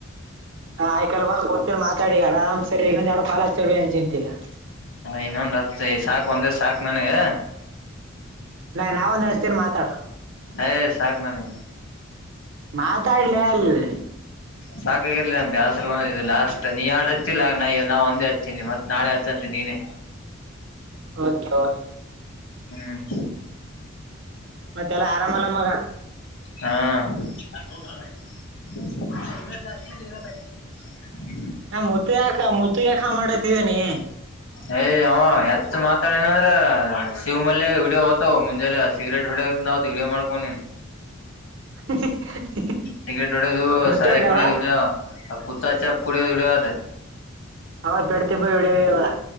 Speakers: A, on the right; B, on the left.
A: ಹಾ ಆಯ್ಕಲ್ಲ ಬಂದ್ ಕುಂತಿನಿ ಮಾತಾಡಿ ಆರಾಮ್ ಸಿರಿ ಇನ್ನೊಂದ್ ಎರಡು ಕಾಲ ಹಚ್ಚಿರು ಏನ್ ಚಿಂತಿಲ್ಲಾ
B: ಹ ಇನ್ನೊಂದ್ ಹಚ್ಚತೀನಿ ಸಾಕ್ ಒಂದೇ ಸಾಕ್ ನನಗ
A: ನಾ ನಾವ ಒಂದ ಹಚ್ಚತೀನಿ ಮಾತಾಡ್
B: ಅಯ್ ಸಾಕ್ ನನಗ್
A: ಮಾತಾಡ್ಲೇ ಅಲ್ಲಿ
B: ಸಾಕಾಗ್ಯಾದಲೇ ಬ್ಯಾಸರು ಬಂದದ್ ಇದು ಲಾಸ್ಟ್ ನೀ ಯ್ಯಾಡ್ ಹಚ್ಚಿಲ್ಲ ನಯ್ಯ ನಾ ಒಂದೇ ಹಚ್ಚೀನಿ ಮತ್ತ ನಾಳೆ ಹಚ್ಚಂತಿ ನೀನೇ
A: ಹಯತಾ
B: ಹ್ಮ್
A: ಮತ್ತೆಲ್ಲ ಆರಾಮಲ್ಲ ಮಗ
B: ಹಾ ಹವರ ತ ಇರ <unintelligible>
A: ಹಾ ಮೋತಿ ಯಾಕ ಮೋತಿ ಯಾಕ ಮಾಡತಿದ್ದೇನಿ.
B: ಏ ಅವ ಯಟ್ ಮಾತಾಡನಂದ್ರ. ಶಿವ ಮಲ್ಯ ವೀಡಿಯೋ ಹೊತವ ಮುಂಜೆಲಿ ಸಿಗ್ರೇಟ್ ಹೊಡಿಯವತ್ತಿಗ್ ವೀಡಿಯೋ ಮಾಡ್ಕೊಂಡಿನ್.
A: <unintelligible>
B: ಸಿಗರೇಟ್ ವಡೆದು
A: ಮುತ್ತಿ
B: ಸಾರಾಯಿ
A: ಹೊಡ್ಯವ
B: ಕುಡೆದು ವಿಡಿಯೋ ಆವ್ ಕುತ್ತಾಚಪ್ ಕುಡೆದು ವಿಡಿಯೋ ಅದ
A: ಹೌತ್ ಬೆಡ್ತ ವಿಡಿಯೋ ಎಲ್ಲಾ.